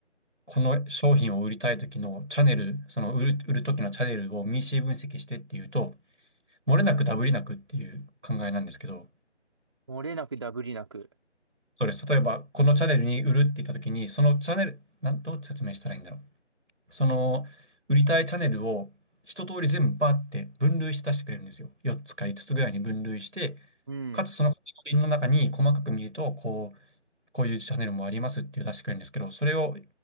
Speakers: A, on the right (about 85°); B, on the right (about 25°).
A: この商品を売りたいときのチャンネル、その売る、売るときのチャンネルをミーシー分析してっていうと、漏れなくダブりなくっていう考えなんですけど、
B: 漏れなくダブりなく。
A: そうです。例えば、このチャンネルに売るって言ったときに、そのチャンネル、なん、どう説明したらいいんだろう。その売りたいチャンネルを一通り全部バーって分類して出してくれるんですよ。4つか5つつぐらいに分類して、
B: うん。
A: かつそのカテゴリーの中に細かく見ると、こう、こういうチャンネルもありますっていう出してくれるんですけど、それを